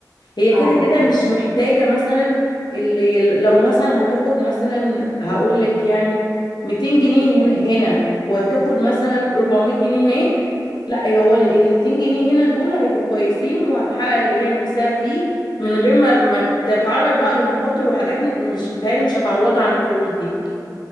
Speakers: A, on the left; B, on the right.
A: هي
B: اه
A: كده كده
B: اه
A: مش
B: فاهماكي
A: محتاجة مثلا اللي لو مثلا هتاخد مثلا هقول لك يعني 200 جنيه هن- هنا وهتاخد مثلا 400 جنيه هناك لا هو ال 200 جنيه هنا دول هيبقوا كويسين وهتحقق اللي هي نفسها فيه من غير ما ما تتعرض بقى لمخاطر وحاجات م- مش بتهيألي مش هتعوضها عن الفلوس دي